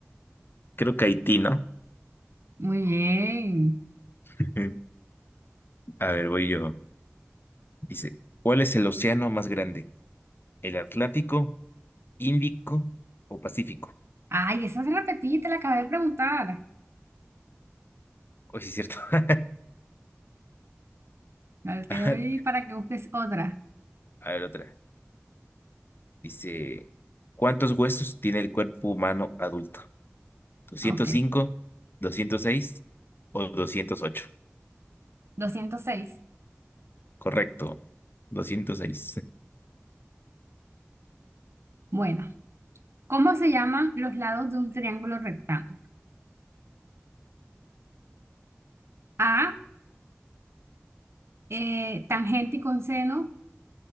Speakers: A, on the left; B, on the right.
A: creo que Haití, ¿no?
B: Muy bien.
A: Ujú. A ver, voy yo. Dice, ¿cuál es el océano más grande? ¿El Atlántico, Índico o Pacífico?
B: Ay, esa se repetí, te la acabé de preguntar.
A: Hoy sí es cierto. <laughs>
B: Dale, te
A: Ajá.
B: doy para que busques otra.
A: A ver, otra. Dice, ¿cuántos huesos tiene el cuerpo humano adulto? doscientos
B: Ok.
A: cinco doscientos seis o doscientos ocho
B: doscientos seis.
A: Correcto, doscientos seis
B: Bueno, ¿cómo se llaman los lados de un triángulo rectángulo? A, eh, tangente y conseno,